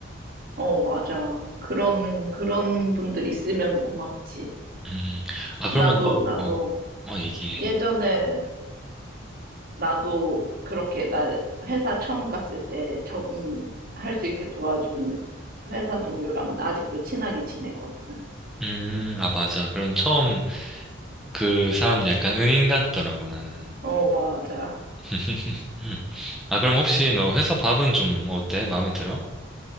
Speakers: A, on the right; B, in the centre.
A: 어, 맞아. 그런, 그런 분들 있으면 고맙지.
B: 음, 음. 아, 그러면
A: 나도,
B: 너,
A: 나도
B: 어, 어, 얘기해.
A: 예전에 나도 그렇게 나 회사 처음 갔을 때 적응할 수 있게 도와준 회사 동료랑은 아직도 친하게 지내거든.
B: 음, 아, 맞아. 그럼 처음 그 사람 약간 은인 같더라고, 나는.
A: 어, 맞아.
B: <laughs> 아, 그럼 혹시 너 회사 밥은 좀 어때? 마음에 들어?